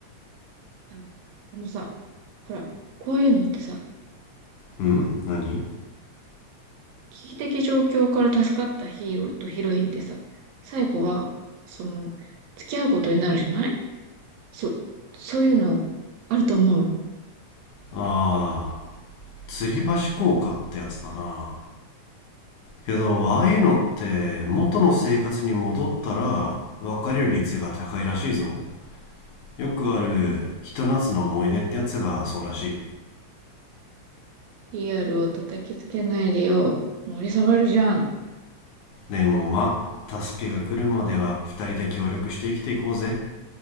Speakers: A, on the right; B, on the left.
A: あの、このさ、ほら、こういうのってさ、
B: うん何
A: 危機的状況から助かったヒーローとヒロインでさ、最後は、その、付き合うことになるじゃないそ、そういうの、あると思う。
B: ああ吊り橋効果ってやつだなけどああいうのって元の生活に戻ったら別れる率が高いらしいぞよくあるひと夏の思い出ってやつがそうらしい
A: PR を叩きつけないでよ。盛り下がるじゃん。
B: でもまあ助けが来るまでは2人で協力して生きていこうぜ